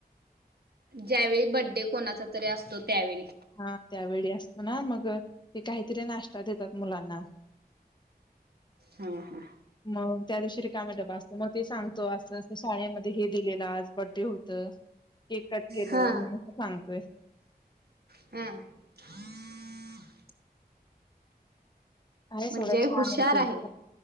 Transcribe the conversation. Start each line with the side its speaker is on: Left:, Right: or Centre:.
Right: ज्यावेळी बड्डे कोणाचा तरी असतो. त्यावेळी
Left: हा त्यावेळी अस. ना मग ते काहीतरी नाश्ता देतात मुलांना.
Right: हा हा
Left: मग त्या दिवशी. काय असत मग ते सांगतो, अस शाळेमध्ये हे दिलेलं आज बर्डे होत. केक कट केलो
Right: हा
Left: मग थांगतोय.
Right: हां <unintelligible>
Left: अ
Right: म्हणजे
Left: थोडं छान
Right: हुशार
Left: होतील.
Right: आहे